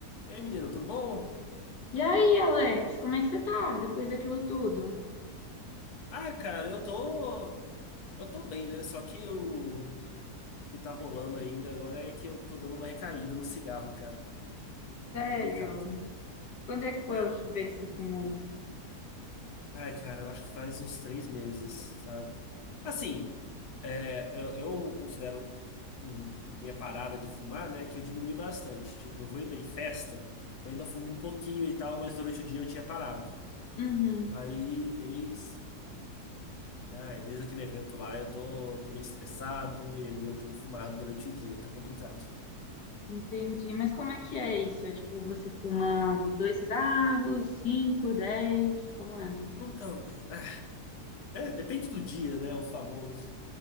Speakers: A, on the left (about 70°); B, on the left (about 85°).
A: Ei, menino, tudo bom?
B: E aí, Alex, como é que você tá depois daquilo tudo?
A: Ah, cara, eu tô. Eu tô bem, né? Só que o que tá rolando ainda agora é que eu tô dando uma recaída no cigarro, cara. Tá
B: Sério?
A: complicado.
B: Quando é que foi
A: É.
B: a última vez que você fumou?
A: Ai, cara, eu acho que faz uns três meses, sabe? Assim, é, eu, eu considero hum, minha parada de fumar, né, que eu diminui bastante. Tipo, eu vou ainda em festa, eu ainda fumo um pouquinho e tal, mas durante o dia eu tinha parado.
B: Uhum,
A: Aí, desde. Ai, desde aquele evento lá eu tô, tô meio estressado e aí eu tenho fumado durante o dia, tá complicado.
B: entendi. Mas como é que é isso? É tipo, você fuma dois cigarros, cinco, dez? Como é?
A: Então, ah, depende do dia, né? O famoso.